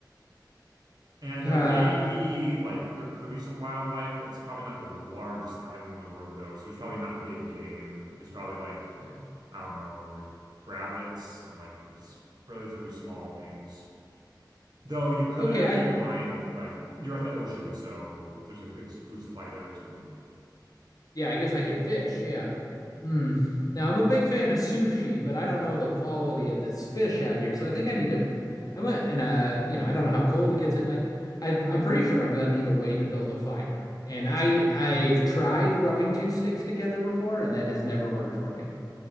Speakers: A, on the right; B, on the left.
A: And
B: Uh,
A: there may be like there could be some wildlife. It's probably not the largest island in the world though, so there's probably not big game. It's probably like
B: yeah.
A: I don't know, like rabbits or like just relatively small things. Though you could
B: Okay,
A: uh,
B: I
A: keep in mind, like, you're at the ocean, so there's a good food supply there too. <laughs>
B: Yeah, I guess I could fish. Yeah. Hmm. Now I'm a big fan of sushi, but I don't know the quality of this fish out here. So I think I need to. I'm a, and uh, you know, I don't know how cold it gets at night. I I'm pretty sure I'm gonna need a way to build a fire. And I I've tried rubbing two sticks together before, and that has never worked for me.